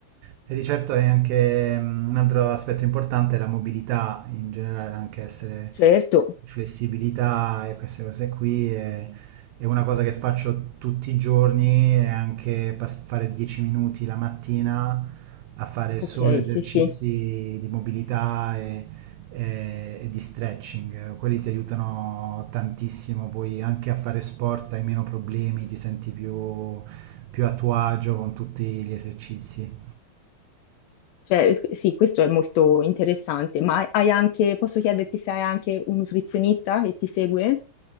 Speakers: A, on the right (about 85°); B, on the left (about 80°).
A: E di certo è anche mm, un altro aspetto importante, la mobilità in generale, anche essere
B: Certo,
A: flessibilità e queste cose qui è, è una cosa che faccio tutti i giorni e anche pas- fare 10 minuti la mattina a fare
B: ok,
A: solo esercizi
B: sì, sì.
A: di mobilità e, e- e di stretching. Quelli ti aiutano tantissimo, poi anche a fare sport hai meno problemi, ti senti più più a tuo agio con tutti gli esercizi.
B: Cioè, eh, sì, questo è molto interessante, ma hai anche, posso chiederti se hai anche un nutrizionista che ti segue?